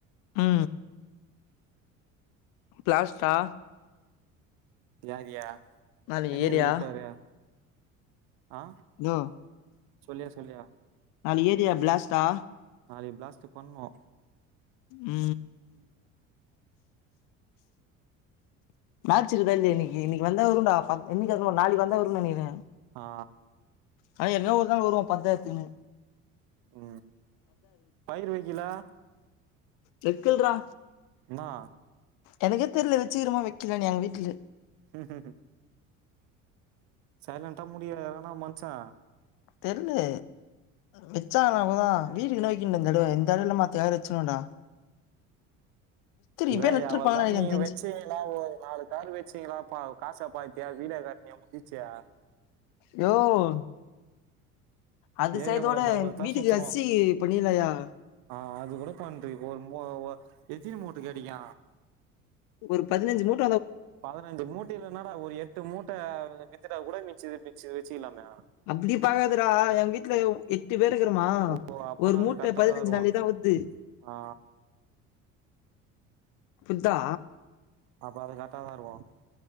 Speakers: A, on the left (about 55°); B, on the right (about 60°).
A: உ பிளாஸ்டா
B: தியாகியா
A: நாலு
B: என்ன
A: ஏரியா
B: எதுக்கூப்டாரு ஆ
A: யோ
B: சொல்லியா சொல்லியா
A: நாளு ஏரியா பிளாஸ்டா
B: நாளைக்கு பிளாஸ்ட்டு பண்ணோ
A: உ உ மேட்ச் இருகுதா இல்லியா இன்னிக்கு இன்னிக்கு வந்தா வரும்டா பாத் நாளிக்கு வந்தா வருனு நெனைகிறே
B: ஆ
A: ஆனா என்ன ஒரு நாள் வருவா பந்தாயத்துன்னு
B: உ பயிர் வைக்கிலா
A: நக்குல்றா
B: என்னா
A: எனக்கே தெருல வச்சக்கிரோமா வைக்கல எங்க வீட்டுல
B: ம்ம் சைலன்டா முடியானா மனுஷன்
A: தெரியலு வச்சாங்காதா வீட்டுக்கு நோைக்கன் இந்தட இந்த இடையல மாத்தயார வச்சனடா
B: இத்
A: இப்பயே நட்ருப்பாங்கன்னு
B: அவள தா
A: நெனைக்கிறே
B: நீங்க
A: எனக்கு தெரிஞ்சு
B: வச்சீங்களா ஒரு நாலு காறு வச்சீங்களா காசைப்பாத்தியா வீட காட்டுனியே முடிச்சியா
A: யோவ் அது
B: ஏரியாவுல
A: சைதோட
B: தவ்ளத்தா
A: வீட்டுக்கு
B: சுத்துறோ
A: அச்சி பண்ணியிலையா
B: ஆ அது கூட பண்றி ஒரு எத்தினி மூட்ட கெடைக்கு
A: ஒரு பதினஞ்சு மூட்
B: பதினஞ்சு மூட்டைய்ல என்னடா ஒரு எட்டு மூட்ட கூட மிச்சுச்சு வச்சு இல்லாமே
A: அப்டி பாக்காதடா எ வீட்ல எட்டு பேர் இருக்கிறமா
B: ஓ அப்பனா
A: ஒரு மூட்ட
B: அது கரெக்டாதா
A: பதினஞ்சு
B: இருக்கு
A: நாள்தா வருது
B: ஆ
A: புர்தா
B: அப்ப அது கரட்டாதா வருவோம்